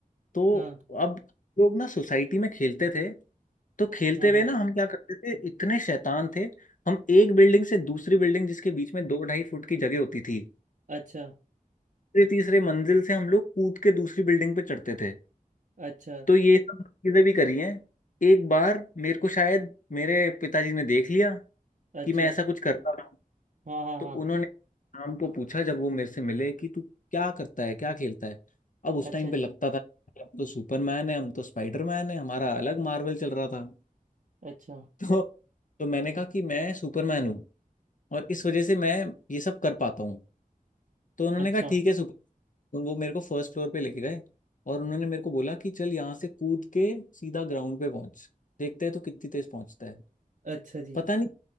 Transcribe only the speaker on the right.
हाँ
हाँ
हाँ
अच्छा
अच्छा
अच्छा
हाँ हाँ
हाँ
अच्छा
जी
अच्छा
अच्छा
अच्छा जी